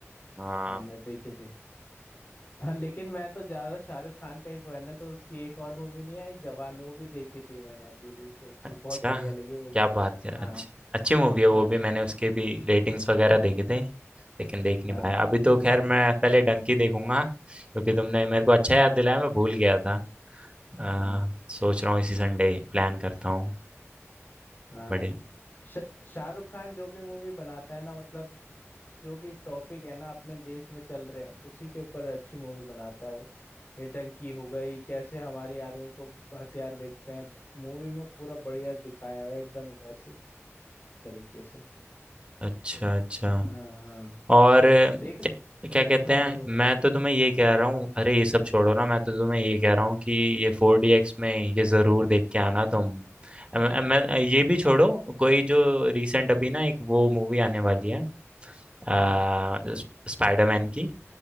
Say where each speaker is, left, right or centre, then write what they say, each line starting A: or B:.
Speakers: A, on the right (about 20°); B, on the left (about 35°).
A: हाँ
B: मैंने देखी थी हाँ, लेकिन मैं तो ज्यादा शाहरुख खान का ही फैन है तो उसकी एक और मूवी नहीं आई जवान वो भी देखी थी मैंने अभी रिसेंटली
A: अच्छा
B: बहुत बढ़िया लगी वो भी
A: क्या बात कर
B: हाँ
A: अच्छी अच्छी मूवी है
B: हाँ
A: वो भी मैंने उसके भी रेटिंग्स वगैरह देखे थे लेकिन देख नहीं
B: हाँ
A: पाया अभी तो खैर मैं पहले डंकी देखूंगा क्योंकि तुमने मेरे को अच्छा याद दिलाया मैं भूल गया था आ,
B: हाँ
A: सोच रहा हूँ इसी संडे प्लान करता हूँ
B: हाँ
A: बड़े
B: श- शाहरुख खान जो भी मूवी बनाता है ना मतलब जो भी टॉपिक है ना अपने देश में चल रहे हैं उसी के ऊपर अच्छी मूवी बनाता है वो ये डंकी हो गई कैसे हमारी आर्मी को हथियार बेचते हैं मूवी में पूरा बढ़िया दिखाया हुआ है एकदम वैसे ही तरीके से
A: अच्छा अच्छा
B: हाँ हाँ
A: और
B: देख
A: क्या, क्या
B: देखना
A: कहते हैं
B: जरूर देखना
A: मैं तो तुम्हें ये कह रहा हूँ अरे ये सब छोड़ो ना मैं तो तुम्हें ये कह रहा हूँ कि ये फोर डी एक्स में ये जरूर देख के आना तुम अम- अम- मैं ये भी छोड़ो कोई जो रिसेंट अभी ना एक वो मूवी आने वाली है आ,
B: हम्म।
A: स्प- स्पाइडरमैन की